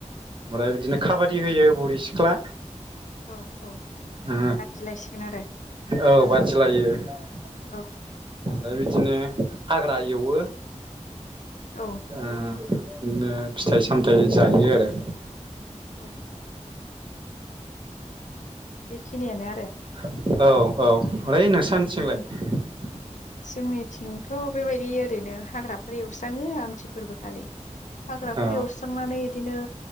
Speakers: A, on the right; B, on the left.
A: ओमफ्राय बिदिनो खाबादि होयो। बुरि सिख्ला।
B: औ औ बादिलायसिगोन
A: ओ
B: आरो
A: औ बादिलायो हाग्रा
B: औ
A: एवो ओमफ्राय बिदिनो हाग्रा एवो
B: औ
A: उम बिदिनो फिथाइ सामथायाइ जायो आरो
B: औ बेखिनियानो आरो
A: औ औ ओइ नोंसोर
B: उम
A: नोंसिनिथिंलाय?
B: जोंनिथिंथ' बेबायदि ओरैनो हाग्राफोर एवस्राङो आमथि फोरबोखालि हाग्राफोर
A: औ
B: एवस्रांनानै बिदिनो